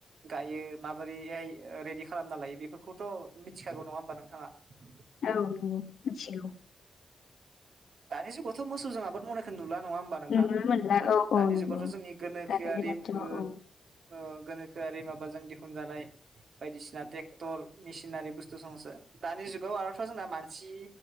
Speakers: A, on the right; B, on the left.
A: गायो माबोरैहाय ओ रेडि खालामना लायो बेफोरखौथ' मिथिखागौ नङा होमबा नोंथाङा? बि
B: औ नंगौ मिथिगौ।
A: दानि जुगावथ' मोसौजों आबाद मावनायखौ नुला नङा होम बा नोंथां
B: नुनो मोनला औ औ
A: दानि
B: नंगौ
A: जुगावथ' जोंनि गोनोखोआरि
B: दानि दिनावथ'
A: ओ
B: औ
A: ओ गोनोखोआरि माबाजों दिहुनजानाय बायदिसिना टेक्टर मिसिनारि बुस्थु संसो दानि जुगाव आरोथ' जोंना मानसि